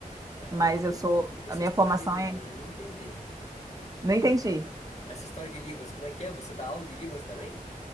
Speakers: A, on the left; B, on the right.
A: Caramba,
B: Mas eu
A: como,
B: sou,
A: como que
B: a
A: é essa
B: minha
A: história
B: formação
A: de Libras
B: é,
A: aí? Não entendi.
B: não entendi.
A: Essa história de Libras, como é que é? Você dá aula de Libras também?